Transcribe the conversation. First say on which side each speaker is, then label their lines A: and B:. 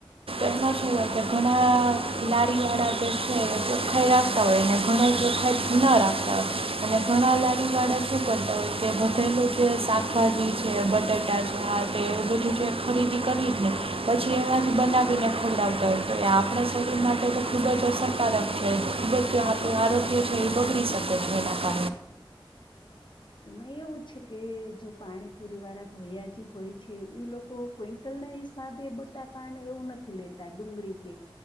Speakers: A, on the right; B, on the left.
A: એમાં શુ હોય કે ઘણા લાડી વાળા જે છેને ભઈ રાખતા હોયને ઘણાય દેખાય ન રાખતાં હોય અને ઘણા લારીવાળા શું કરતા હોય. તે વધેલું જે શાકભાજી છે, બટેટા છે આ તે એવું બધું જે ખરીદી કરી જ ને પછી એમાંથી બનાવીને ખવડાવતા હોય તો ને આપણા શરીર માટે તો ખૂબ જ અસરકારક છે ખૂબ જ આપણું આરોગ્ય છે એ બગડી શકે છે એના કા
B: એમાં એવું છે કે જો પાણીપુરીવાળા ભૈયા જે હોય છે એ ઈ લોકો કોઈ તલને હિસાબે બટાકાને એવું નથી લેતાં ડુંગળી કે